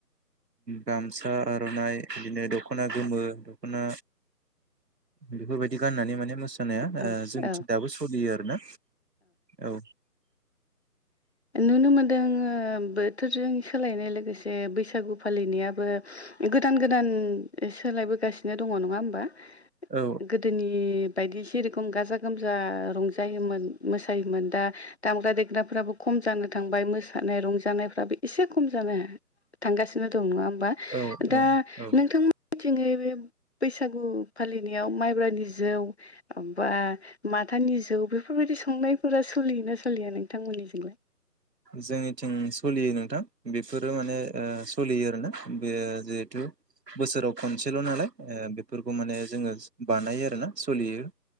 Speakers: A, on the right; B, on the left.
A: गामसा फथा आर'नाइ बिदिनो दख'ना गोमो दख'ना बेफोरबायदि गाननानै माने मोसानाया
B: औ
A: ओ जोंथिं
B: औ
A: दाबो सोलियो आरोना। औ।
B: नुनो मोनदों ओ बोथोरजों सोलायनाय लोगोसे बैसागु फालिनायाबो गोदान गोदान सोलायबोगासिनो दङ' नङा होमबा।
A: औ
B: गोदोनि बायदि जिरखम गाजा गोमजा रंजायोमोन मोसा जायोमोन दा दामग्रा देग्राफोराबो खम जानो थांबाय मोसानाय रंजानायफ्राबो एसे खम जानो थांगासिनो दं नङा होमबा?
A: औ
B: दा
A: औ औ
B: नोंथांमोनिथिङै बे बैसागु फालिनायाव माइब्रानि जौ बा माथानि जौ बेफोरबायदि संनाय फुरा सोलियोना सोलिया नोंथांमोननिजोंलाय?
A: जोंनिथिं सलियो नोंथां बेफोरो माने ओ सलियो आरोना बे जिहेथतु बोसोराव खनसेल' नालाय ओ बेफोरखौ माने जोङो बानायो आरोना सलियो